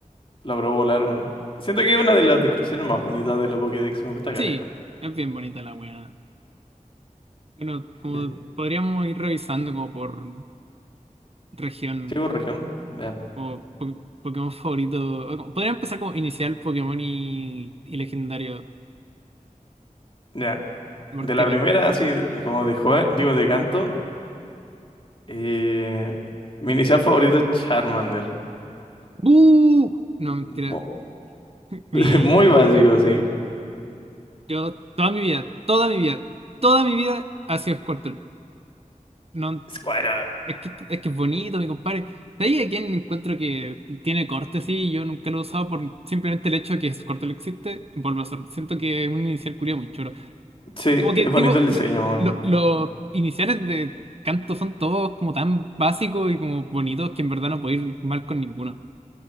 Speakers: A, on the left; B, on the right.
A: logró volar, weón. Siento que es una de las descripciones más bonitas de la Pokédex, me gusta caleta.
B: Sí, es bien bonita la wea. Bueno, como
A: Y-
B: podríamos ir revisando como por región
A: ¿Llego región? Ya,
B: o po- Pokémon favorito. o como- Podría empezar como inicial Pokémon y, y legendario.
A: ya.
B: Porque,
A: De la
B: a
A: primera,
B: ver.
A: así como de joven, digo de canto. Eh, mi inicial favorito es Charmander.
B: ¡Uh! No, mentira.
A: Mu-
B: Mi,
A: <laughs> Muy básico, sí.
B: yo, toda mi vida, toda mi vida, toda mi vida ha sido Squirtle. No,
A: Squirtle.
B: es que, es que es bonito, mi compadre. De ahí a quien encuentro que tiene corte, sí, yo nunca lo he usado por simplemente el hecho de que su corte lo existe, vuelvo a hacer. Siento que es un inicial culiao muy choro.
A: Sí,
B: Como que,
A: es
B: tipo,
A: bonito el diseño.
B: la-
A: weón.
B: lo- los iniciales de canto son todos como tan básicos y como bonitos que en verdad no puedo ir mal con ninguno.